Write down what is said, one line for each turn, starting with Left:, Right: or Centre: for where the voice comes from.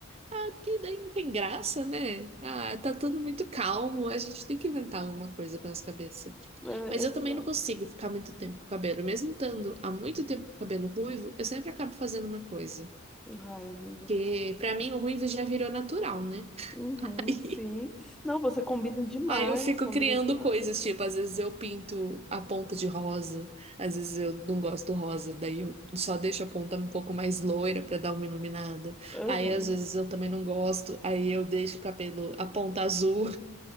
Right: Ah, é porque daí não tem graça, né? Ah, tá tudo muito calmo, a gente tem que inventar alguma coisa para nossa cabeça.
Centre: É,
Right: Mas
Centre: exato.
Right: eu também não consigo ficar muito tempo com o cabelo, mesmo estando há muito tempo com o cabelo ruivo, eu sempre acabo fazendo uma coisa.
Centre: Ai, amiga.
Right: Porque pra mim o ruivo já virou natural, né? <laughs>
Centre: Uhum, sim. Não, você combina demais,
Right: Aí eu fico
Centre: combina
Right: criando
Centre: demais.
Right: coisas, tipo, às vezes eu pinto a ponta de rosa, às vezes eu não gosto do rosa, daí eu só deixo a ponta um pouco mais loira pra dar uma iluminada.
Centre: Aham.
Right: Aí às vezes eu também não gosto, aí eu deixo o cabelo a ponta azul. <laughs>